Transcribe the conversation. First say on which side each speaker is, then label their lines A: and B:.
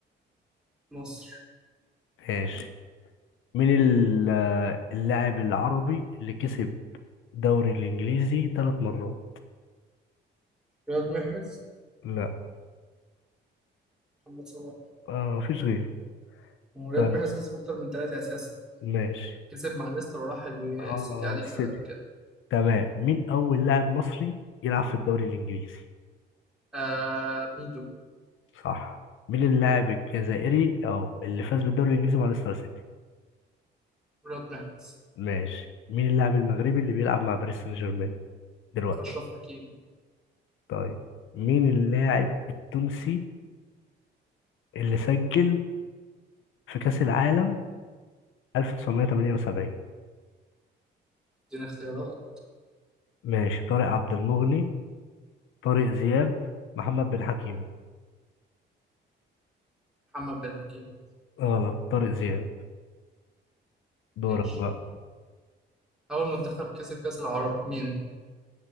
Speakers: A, in the centre; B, on the left.
A: مصر
B: ماشي مين ال- آه، اللاعب العربي اللي كسب دوري الإنجليزي ثلاث مرات
A: رياض محرز
B: لا
A: محمد صلاح
B: آه مفيش غيره
A: هو رياض
B: طيب
A: محرز كسب أكتر من ثلاثة أساسا
B: ماشي
A: كسب مع ليستر وراح ال-
B: اه
A: السيتي عليه كسب
B: ست
A: قد كده
B: تمام مين أول لاعب مصري يلعب في الدوري الإنجليزي؟
A: آه ميدو
B: صح مين اللاعب الجزائري أه اللي فاز بالدوري الإنجليزي مع ليستر سيتي؟
A: رياض محرز
B: ماشي مين اللاعب المغربي اللي بيلعب مع باريس سان جيرمان دلوقتي؟
A: أشرف حكيمي
B: طيب مين اللاعب التونسي اللي سجل في كأس العالم 1978؟
A: ادينا اختيارات
B: ماشي طارق عبد المغني طارق زياب محمد بن حكيمي
A: محمد بن حكيم
B: غلط طارق زياب دورك
A: ماشي
B: بقى
A: أول منتخب كسب كأس العرب مين؟